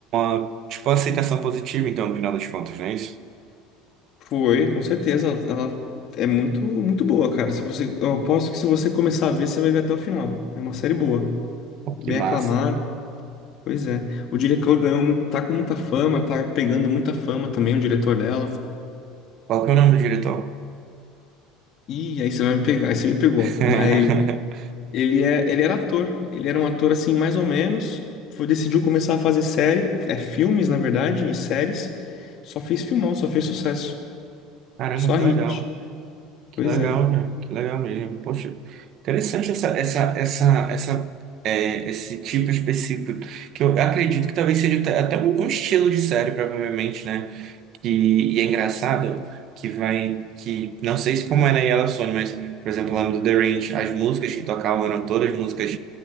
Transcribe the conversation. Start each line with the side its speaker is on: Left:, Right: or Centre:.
Right: uma, tipo aceitação positiva, então, no final das contas, não é isso?
Left: Foi, com certeza. Ela, ela é muito, muito boa, cara. Se você, eu aposto que se você começar a ver, você vai ver até o final. É uma série boa,
Right: Pô,
Left: bem
Right: que massa.
Left: aclamada. Pois é. O diretor ganhou muito, tá com muita fama, tá pegando muita fama também, o diretor dela.
Right: Qual que é o nome do diretor?
Left: E aí você vai me pegar, aí você me pegou.
Right: <laughs>
Left: Mas ele é, ele era ator. Ele era um ator assim, mais ou menos. Foi, decidiu começar a fazer série, é filmes, na verdade, e séries. Só fez filmão, só fez sucesso.
Right: Caramba,
Left: Só
Right: que
Left: hit.
Right: legal. Que
Left: Pois
Right: legal,
Left: é.
Right: né? Que legal mesmo. Poxa, interessante essa, essa, essa, essa, é, esse tipo específico, que eu acredito que talvez seja até até um um estilo de série, provavelmente, né? que e é engraçado que vai que não sei se como é na Yellowstone, mas por exemplo lá no The Ranch as músicas que tocavam eram todas músicas